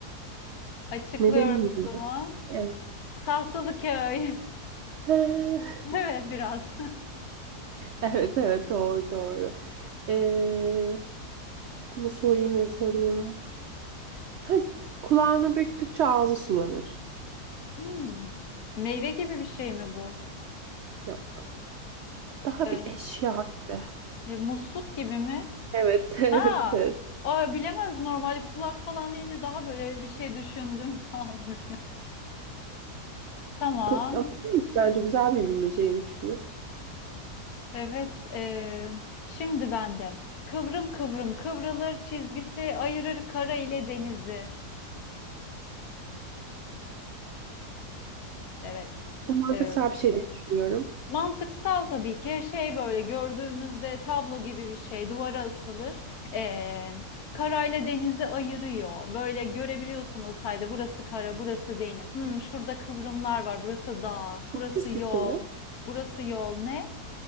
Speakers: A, on the left; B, on the right.
A: Açıklıyorum
B: Neden diyor?
A: o zaman.
B: Evet.
A: Tahtalıköy. <laughs>
B: <laughs>
A: Evet biraz. <laughs>
B: Evet evet doğru doğru. Ee, ne sorayım ne sorayım. Heh, kulağına büktükçe ağzı sulanır.
A: Hmm. Meyve gibi bir şey mi bu?
B: Yok. Daha
A: Ee,
B: bir eşya gibi.
A: ya musluk gibi mi?
B: Evet <laughs> evet
A: Ha.
B: evet.
A: Aa, bilemez normalde kulak falan deyince daha böyle bir şey düşündüm. <laughs> Tamam.
B: Ko- Ama şey, bence güzel bir bilmeceymiş bu.
A: Evet. ee, şimdi bende. Kıvrım kıvrım kıvrılır çizgisi ayırır kara ile denizi. Evet.
B: Bu mantıksal
A: e,
B: bir şey diye düşünüyorum.
A: Mantıksal tabii ki şey böyle gördüğümüzde tablo gibi bir şey duvara asılır. Ee, karayla denizi ayırıyor. Böyle görebiliyorsun o sayede burası kara, burası deniz. Hmm, şurada kıvrımlar var, burası dağ,
B: Ufuk
A: burası
B: çizgisi
A: yol,
B: mi?
A: burası yol ne?